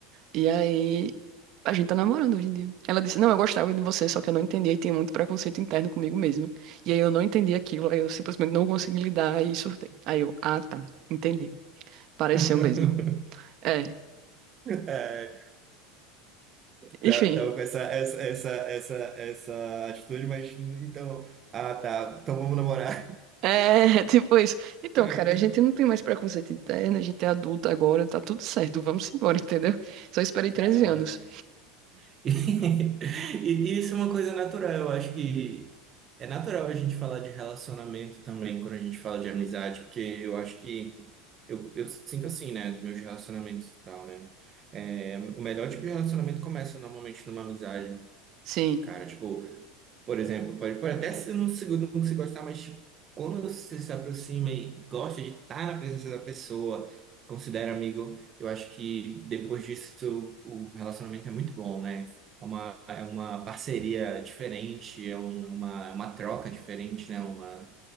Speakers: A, on the right (about 50°); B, on the right (about 35°).
A: E aí, a gente tá namorando hoje em dia. Ela disse, não, eu gostava de você, só que eu não entendia e tinha muito preconceito interno comigo mesmo. E aí eu não entendi aquilo, aí eu simplesmente não consegui lidar e surtei. Aí eu, ah, tá, entendi. Pareceu
B: <laughs>
A: mesmo. É,
B: É,
A: enfim.
B: tá- Tava com essa, essa, essa, essa, essa atitude, mas então. Ah, tá. Então vamos namorar.
A: É, <laughs> tipo isso. Então,
B: <laughs>
A: cara, a gente não tem mais preconceito interno, a gente é adulta agora, tá tudo certo, vamos embora, <laughs> entendeu? Só esperei
B: Caramba.
A: 13 anos.
B: <laughs> E, e isso é uma coisa natural. Eu acho que é natural a gente falar de relacionamento também quando a gente fala de amizade, porque eu acho que. Eu, eu sinto assim, né, dos meus relacionamentos e tal, né? É, o melhor tipo de relacionamento começa normalmente numa amizade,
A: Sim,
B: Cara, tipo, por exemplo, pode, pode até se não se, não se gostar, mas tipo, quando você se aproxima e gosta de estar na presença da pessoa, considera amigo, eu acho que depois disso o relacionamento é muito bom, né? É uma, é uma parceria diferente, é um- é uma, é uma troca diferente, né? Uma,